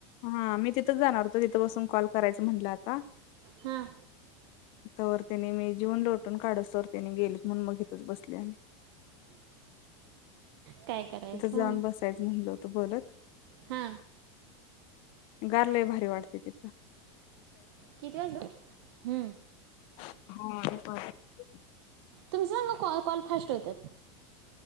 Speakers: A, on the left; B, on the right.
A: हा मी तिथंच जाणार होतो तिथं बसून कॉल करायचं म्हणलं आता
B: हां
A: तर त्यानी मी जीऊन लोटून काढूसतर त्यांनी गेलीत म्हणून मग हीतच बसले आणि
B: काय करायचं
A: तिथं जाऊन बसायचं म्हणलं होतं बोलत
B: हा
A: गार लय भारी वाटतय तीत
B: किती वाजले ओ हुं
A: हा <unintelligible>
B: तुमचं संग कॉ कॉल फास्ट होत्यात.